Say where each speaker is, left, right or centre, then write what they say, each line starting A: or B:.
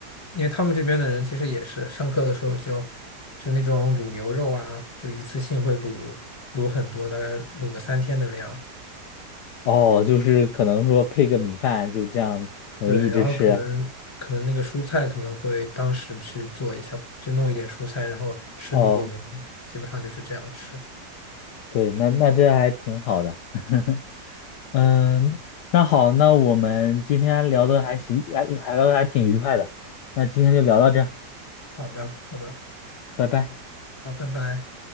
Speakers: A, on the left; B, on the left.
A: 因为他们这边的人其实也是上课的时候就就那种卤牛肉啊，就一次性会卤卤很多，大概卤个三天的量。
B: 哦，就是可能说配个米饭，就这样能一直吃。
A: 对，然后可能可能那个蔬菜可能会当时去做一下，就弄一点蔬菜，然后吃卤牛肉，
B: 哦，
A: 基本上就是这样吃。
B: 对，那那这还挺好的。<laughs> 嗯，那好，那我们今天聊的还行，还还聊的还挺愉快的。那今天就聊到这儿，
A: 好吧，好吧，
B: 拜拜。
A: 好，拜拜。